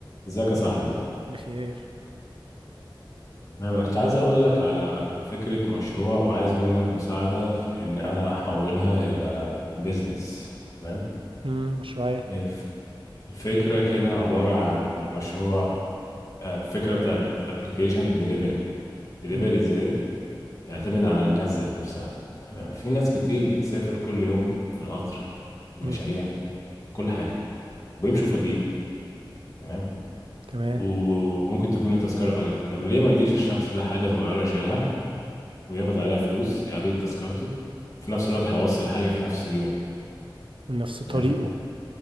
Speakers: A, on the left; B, on the right.
A: ازيك يا صاحبي
B: بخير
A: تمام انا كنت عايز اقول لك على فكرة مشروع وعايز منك مساعدة في ان انا احولها الى بيزنس تمام
B: امم مشروعي
A: الف- الفكرة كده عبارة عن مشروع آه، فكرة بتاعت ابلكيشن ديليفري ديليفري
B: امم
A: ازاي يعتمد على الناس ذات نفسها تمام في ناس كتير بتسافر كل يوم في القطر في المشاريع
B: امم
A: في كل حاجة وبيمشوا فاضيين تمام
B: تمام
A: وممكن تكون التذكرة غالية طب ليه ما نديش الشخص ده حاجة صغيرة يشيلها وياخد عليها فلوس يقلل تذكرته في نفس الوقت هيوصل حاجة في نفس اليوم
B: ونفس
A: تمام
B: طريقه